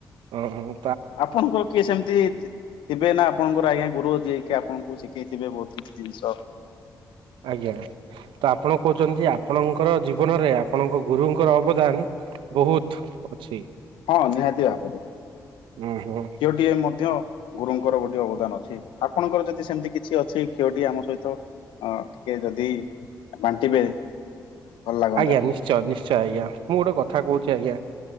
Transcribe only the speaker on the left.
ଆପଣଙ୍କର କିଏ ସେମିତି ଥିବେ ନା ଆପଣଙ୍କର ଆଜ୍ଞା ଗୁରୁ ଯିଏ କି ଆପଣଙ୍କୁ ଶିଖେଇଥିବେ ବହୁତ କିଛି ଜିନିଷ।
ହଁ ନିହାତି ଭାବରେ
ଝିଅଟିଏ ମଧ୍ୟ ଗୁରୁଙ୍କର ଗୋଟିଏଞୋ ଅବଦାନ ଅଛି ଆପଣଙ୍କର ଯଦି ସେମିତି କିଛି ଅଛି କ୍ଷୟଟି ଆମ ସହିତ ଅ କେ ଯଦି ବାଣ୍ଟିବେ ଭଲ ଲାଗନ୍ତା